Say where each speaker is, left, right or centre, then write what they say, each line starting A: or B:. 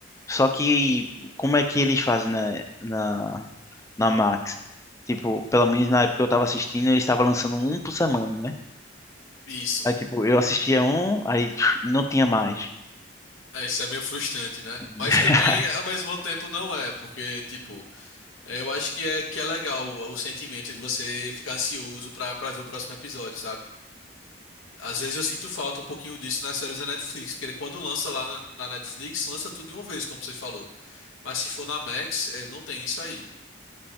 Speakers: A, on the left; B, on the left.
A: Só que como é que eles fazem na, na, na Max? Tipo, pelo menos na época que eu tava assistindo, eles estavam lançando um por semana, né?
B: Isso.
A: Aí, tipo, eu assistia um, aí <tsk> não tinha mais.
B: É, isso é meio frustrante, né?
A: <laughs>
B: Mas também, ao mesmo tempo, não é, porque, tipo, é, eu acho que é, que é legal o, o sentimento de você ficar ansioso pra, pra ver o próximo episódio, sabe? Às vezes eu sinto falta um pouquinho disso nas séries da Netflix, porque quando lança lá na, na Netflix, lança tudo de uma vez, como você falou. Mas se for na Max, é, não tem isso aí.